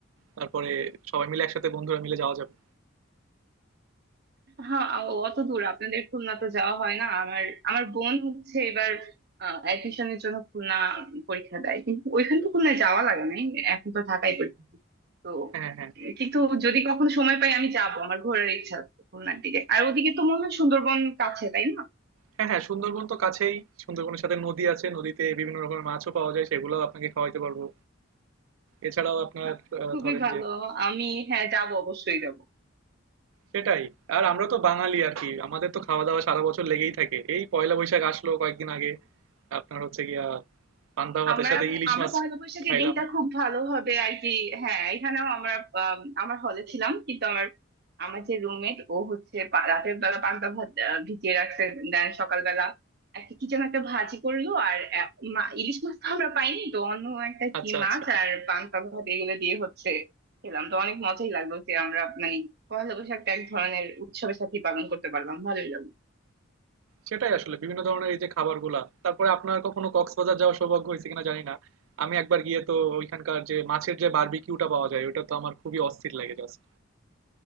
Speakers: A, on the right; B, on the right.
A: তারপরে সবাই মিলে একসাথে বন্ধুরা মিলে যাওয়া যাবে।
B: হ্যাঁ আ- অত দূর আপনাদের খুলনা তো যাওয়া হয় না আমার আমার বোন হচ্ছে এবার অ্যাডমিশনের জন্য খুলনা পরীক্ষা দেয় কিন্তু ওইখান তো খুলনায় যাওয়া লাগে নাই এখন তো ঢাকায় পরীক্ষা হয়। তো
A: হ্যাঁ, হ্যাঁ। হ্যাঁ।
B: উম, কিন্তু যদি কখনো সময় পাই আমি যাব আমার ঘোরার ইচ্ছা আছে খুলনার দিকে আর ওদিকে তো মনে হয় সুন্দরবন কাছে তাই না
A: হ্যাঁ, হ্যাঁ, সুন্দরবন তো কাছেই। সুন্দরবনের সাথে নদী আছে। নদীতে বিভিন্ন রকমের মাছও পাওয়া যায়। সেগুলাও আপনাকে খাওয়াইতে পারবো। এছাড়াও আপনার
B: হ্যাঁ
A: আহ,
B: খুবই
A: ধরেন
B: ভালো
A: যে
B: আমি হ্যাঁ যাব অবশ্যই যাব
A: সেটাই। আর আমরা তো বাঙালি আর কি। আমাদের তো খাওয়া দাওয়া সারা বছর লেগেই থাকে। এই পয়লা বৈশাখ আসলো কয়েকদিন আগে। আপনার হচ্ছে গিয়া পান্তা ভাতের
B: আমরা
A: সাথে ইলিশ
B: আমরা
A: মাছ
B: পয়লা বৈশাখের
A: খাইলাম।
B: দিনটা খুব ভালোভাবে আর কি হ্যাঁ এখানেও আমরা আম, আমার হলে ছিলাম কিন্তু আমার আমার যে রুমমেট ও হচ্ছে পা- রাতের বেলা পান্তা ভাত আহ, ভিজিয়ে রাখছে দেন সকালবেলা একটা কি যেন একটা ভাজি করলো আর আহ, মা- ইলিশ মাছ তো আমরা পাইনি তো অন্য একটা
A: আচ্ছা,
B: কি মাছ
A: আচ্ছা।
B: আর পান্তা ভাত এগুলো দিয়ে হচ্ছে খেলাম তো অনেক মজাই লাগলো যে আমরা মানে পয়লা বৈশাখটা এক ধরনের উৎসবের সাথে পালন করতে পারলাম ভালোই লাগলো
A: সেটাই আসলে বিভিন্ন ধরনের এই যে খাবারগুলা। তারপরে আপনার কখনো কক্সবাজার যাওয়ার সৌভাগ্য হয়েছে কিনা জানি না। আমি একবার গিয়ে তো ওইখানকার যে মাছের যে বারবিকিউটা পাওয়া যায় ওটা তো আমার খুবই অস্থির লাগে জাস্ট।